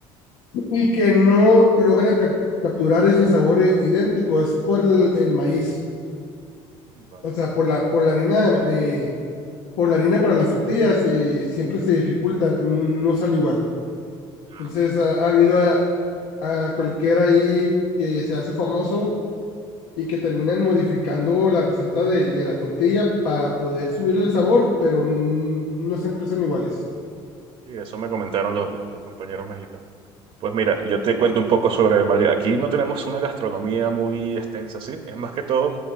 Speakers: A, on the left (about 80°); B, on the right (about 55°).
A: y que no logran cap- capturar ese sabor eh, idéntico es por el, el maíz,
B: Vale,
A: o sea, por la, por la harina de, de- por la harina para las tortillas y siempre se dificulta, no sale igual.
B: vale.
A: Entonces, ha, ha habido a, a cualquiera ahí que se hace famoso y que terminan modificando la receta del, de la tortilla para poder subirle el sabor, pero no siempre son iguales.
B: Sí, eso me comentaron los, los- los compañeros mexicanos. Pues mira, yo te cuento un poco sobre Madrid. Aquí no tenemos una gastronomía muy extensa, ¿sí? Es más que todo,